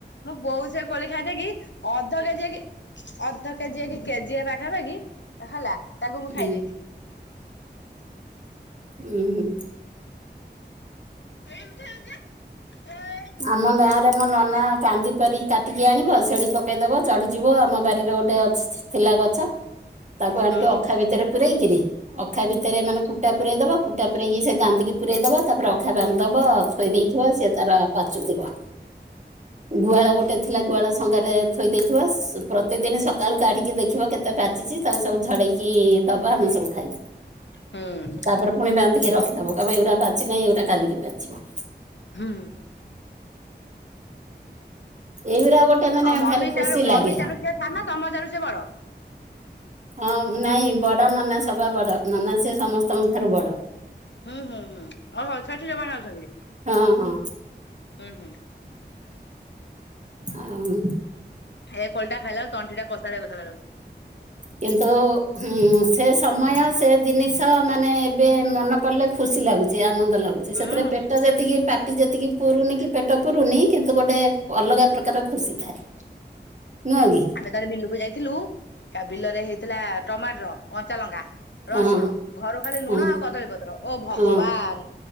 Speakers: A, on the left (about 85°); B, on the right (about 40°).
A: ମୁଁ ବୋଉ ସେ କୋଳି ଖାଇଦେଇ କି ଅଧ କେଜିଏ କି ଅଧ କେଜିଏ କି କେଜିଏ ପାଖାପାଖି ହେଲା ତାକୁ ମୁଁ
B: ହୁଁ
A: ଖାଇଦେବି। <unintelligible>
B: ଉୁଁ ହୁ।
A: ଏମିତି ହେଇ ଯେ ଏ
B: ଆମ ଗାଁ ରେ ମୋ ନନା କାନ୍ଦି ପାରିି କାଟିକି ଆଣିବ ସେଠି ପକାଇଦେବ ଚଢ଼ିଯିବ ଆମ ବାରିରେ ଗୋଟେ ଅଛି ଛି ଥିଲା ଗଛ। ତାକୁ ଆଣିକି
A: ହୁଁ।
B: ଅଖା ଭିତରେ ପୂରେଇକିରି ଅଖା ଭିତରେ ମାନେ କୁଟା ପୁରେଇ ଦବ କୁଟା ପୁରେଇକି ସେ କାନ୍ଦିକି ପୁରେଇ ଦବା ତାପରେ ଅଖା ବାନ୍ଧି ଦବ, ଥୋଇ ଦେଇଥିବ ସେ ତାର ପାଚୁଥିବ। ଗୁହାଳ ଗୋଟେ ଥିଲା ଗୁହାଳ ସଂଙ୍ଗାରେ ଥୋଇ ଦେଇଥିବ, ସସ ପ୍ରତିଦିନ ସକାଳୁ କାଢିକି ଦେଖିବ କେତେ ପା ଚିଛି ତାକୁ ସବୁ ଝଡେଇକି ଦବା ଆମେ ସବୁ ଖାଇବୁ।
A: ହୁଁ
B: ତାପରେ ପୁଣି ବାନ୍ଧିକି ରଖିଦବ କହିବ ଏଗୁଡା ପାଚଛି ନାହିଁ ଏଗୁଡା କାଲିକି ପାଚିବ।
A: ହୁଁ।
B: ଏଇଗୁରା ଗୋଟେ ମାନେ
A: ଆଉ ମମି
B: ଭାରି ଖୁସି
A: ଠାରୁ ମମି
B: ଲାଗେ।
A: ଠାରୁ ସିଏ ସାନ ତମ ଚାରୁ ସେ ବଡ।
B: ହଁ ଉମ ନାଇଁ ବଡ ନନା ସବା ବଡ ନନା ସିଏ ସମସ୍ତଙ୍କ ଠାରୁ ବଡ।
A: ହୁଁ ହୁଁ ହୁଁ ଓହୋ ସେଠି ସେମାନେ ଅଛନ୍ତି।
B: ହଁ ହଁ
A: ହୁଁ ହୁଁ।
B: ଆଉ।
A: ହେ କୋଳି ଟା ଖାଇଲା ଳୁ ତଣ୍ଟି ଟା କଷା ଲାଗୁଥିଲା <unintelligible>
B: କିନ୍ତୁ ହୁଁ ସେ ସମୟ ସେ ଜିନିଷ ମାନେ ଏବେ ମନେ ପଡ଼ିଲେ ଖୁସି ଲାଗୁଛି ଆନନ୍ଦ ଲାଗୁ ଛି।
A: ହୁଁ
B: ସେଥିରେ ପେଟ ଯେତିକି ପା ଟି ଯେତିକି ପୁରୁନି କି ପେଟ ପୁରୁନି କିନ୍ତୁ ଗୋଟେ ଅଲଗା ପ୍ରକାର ଖୁସି ଥାଏ। ନୁହଁ କି।
A: ଆମେ କାଲି ବିଲକୁ ଯାଇଥିଲୁ। ତା ବିଲ ରେ ହେଇଥିଲା ଟମାଟର, କଞ୍ଚା ଲଙ୍କା
B: ହଁ
A: ରସୁଣ ଘରୁ ଖାଲି
B: ହଁ
A: ଲୁଣ ଆଉ କଦଳୀପତ୍ର ଓ ଭଗବାନ।
B: ହଁ